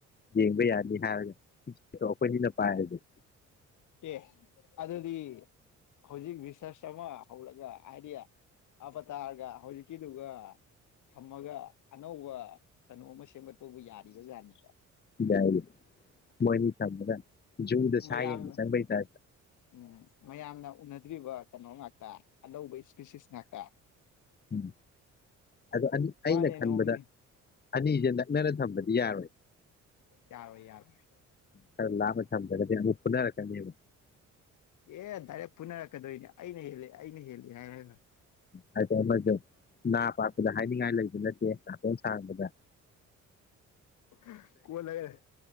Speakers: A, on the left; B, on the left.
A: ꯌꯦꯡꯕ ꯌꯥꯔꯅꯤ ꯍꯥꯏꯔꯒ ꯑꯩꯈꯣꯏꯅꯤꯅ ꯄꯥꯏꯔꯗꯤ <unintelligible>
B: ꯑꯦ ꯑꯗꯨꯗꯤ ꯍꯧꯖꯤꯛ ꯔꯤꯁꯔꯁ ꯑꯃ ꯍꯧꯔꯒ ꯍꯥꯏꯗꯤ ꯑꯕꯇꯥꯔꯒ ꯍꯧꯖꯤꯛꯀꯤꯗꯨꯒ ꯊꯝꯃꯒ ꯑꯅꯧꯕ ꯀꯩꯅꯣ ꯑꯃ ꯁꯦꯝꯒꯠꯄꯕꯨ ꯌꯥꯔꯤꯕꯖꯥꯠꯅꯤꯅꯦ
A: ꯌꯥꯏꯌꯦ ꯃꯣꯏꯅꯤ ꯊꯝꯕꯗ ꯖ꯭ꯌꯨꯗ
B: ꯃꯌꯥꯝꯅ
A: ꯁꯥꯏꯑ ꯁꯪꯕ꯭ꯔꯩ ꯇ
B: ꯎꯝ ꯃꯌꯥꯝꯅ ꯎꯅꯗ꯭ꯔꯤꯕ ꯀꯩꯅꯣ ꯉꯥꯛꯇ ꯑꯅꯧꯕꯩ ꯏꯁꯄꯤꯦꯁꯤꯁꯉꯥꯛꯇ
A: ꯎꯝ ꯑ
B: ꯋꯥꯟ
A: ꯑꯩꯅ
B: ꯑꯦꯟ
A: ꯈꯟꯕꯗ
B: ꯑꯣꯡꯂꯤ
A: ꯑꯅꯤꯁꯦ ꯅꯛꯅꯅ ꯊꯝꯕꯗꯤ ꯌꯥꯔꯣꯏ
B: ꯌꯥꯔꯣꯏ ꯌꯥꯔꯣꯏ
A: ꯈꯔ ꯂꯥꯞꯅ ꯊꯝꯗ꯭ꯔꯒꯗꯤ ꯑꯃꯨꯛ ꯎꯅꯔꯀꯥꯅꯤꯕ
B: ꯑꯦ ꯗꯥꯏꯔꯦꯛ ꯐꯨꯅꯔꯛꯀꯗꯣꯏꯅꯦ ꯑꯩꯅ ꯍꯦꯜꯂꯤ ꯑꯩꯅ ꯍꯦꯜꯂꯤ ꯍꯥꯏꯔꯒ
A: ꯍꯥꯏ ꯑꯃꯁꯨ ꯅꯥ ꯥ ꯄꯥꯛꯄꯗ ꯍꯥꯏꯅꯤꯡꯉꯥꯏ ꯂꯩꯕ ꯅꯠꯇꯦ ꯅꯥꯇꯣꯟ ꯁꯥꯥꯡꯕꯗ
B: <unintelligible> ꯀꯨꯍ ꯂꯩꯒꯦ